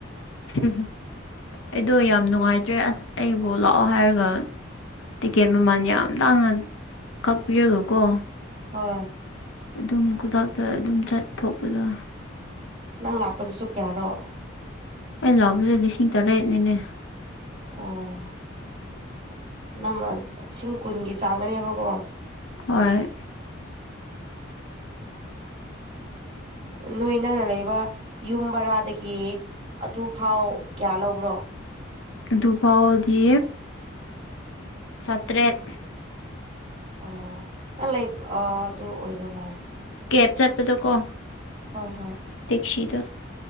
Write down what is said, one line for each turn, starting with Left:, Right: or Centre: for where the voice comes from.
Left: ꯎꯝ ꯑꯩꯗꯣ ꯌꯥꯝ ꯅꯨꯡꯉꯥꯏꯇ꯭ꯔꯦ ꯑꯁ ꯑꯩꯕꯨ ꯂꯥꯛꯑꯣ ꯍꯥꯏꯔꯒ ꯇꯤꯀꯦꯠ ꯃꯃꯥꯜ ꯌꯥꯝ ꯇꯥꯡꯅ ꯀꯥꯛꯄꯤꯔꯒꯀꯣ
Right: ꯍꯣꯏ
Left: ꯑꯗꯨꯝ ꯈꯨꯗꯛꯇ ꯑꯗꯨꯝ ꯆꯥꯠꯊꯣꯛꯄꯗꯣ
Right: ꯅꯪ ꯂꯥꯛꯄꯗꯨꯁꯨ ꯀꯌꯥꯔꯣ
Left: ꯑꯩ ꯂꯥꯛꯄꯗꯨ ꯂꯤꯁꯤꯡ ꯇꯔꯦꯠꯅꯤꯅꯦ
Right: ꯑꯣ ꯅꯪꯅ ꯁꯤꯡ ꯀꯨꯟꯒꯤ ꯆꯥꯡꯗꯅꯦꯕꯀꯣ
Left: ꯍꯣꯏ
Right: ꯅꯣꯏ ꯅꯪꯅ ꯂꯩꯕ ꯌꯨꯝ ꯕꯔꯥꯗꯒꯤ ꯑꯗꯨ ꯐꯥꯎ ꯀꯌꯥ ꯂꯧꯕ꯭ꯔꯣ
Left: ꯑꯗꯨꯐꯥꯎꯗꯤ ꯆꯥꯇ꯭ꯔꯦꯠ
Right: ꯑꯣ ꯅꯪ ꯂꯩ ꯑꯥ ꯑꯗꯨ ꯑꯣꯏꯕ ꯃꯥꯜꯂꯦ
Left: ꯀꯦꯕ ꯆꯥꯠꯄꯗꯀꯣ
Right: ꯍꯣꯏ ꯍꯣꯏ
Left: ꯇꯦꯛꯁꯤꯗꯣ